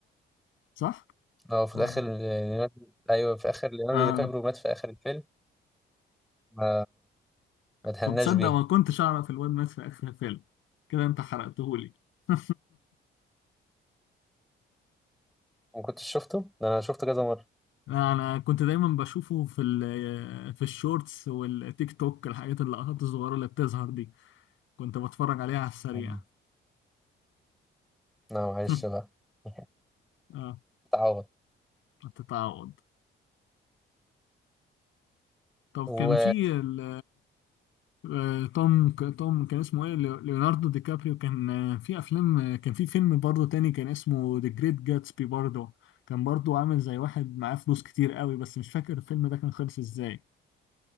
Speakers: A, on the left; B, in the centre.
A: صح؟
B: اه في
A: ولا-
B: الآخر ليوناردو ايوه في آخر ليوناردو
A: اه
B: دي كابريو مات في آخر الفيلم ما ما اتهناش
A: طب تصدق
B: بيها
A: ما كنتش اعرف الواد مات في اخر الفيلم كده انت حرقتهولي <laughs>
B: ما كنتش شفته؟ ده أنا شفته كذا مرة
A: لا، انا كنت دايما بشوفه في ال- في الشورتس والتيك توك الحاجات اللقطات الصغيره اللي بتظهر دي كنت بتفرج عليها على السريع
B: مم. لا معلش
A: <laughs>
B: بقى <laughs>
A: اه
B: اتعوض
A: بتتعوض طب
B: و
A: كان في ال- آه، توم توم كان اسمه ايه ليو- ليوناردو دي كابريو كان آه، في افلام آه، كان في فيلم برضه تاني كان اسمه ذا جريت جاتسبي برضه كان برضه عامل زي واحد معاه فلوس كتير قوي بس مش فاكر الفيلم ده كان خلص ازاي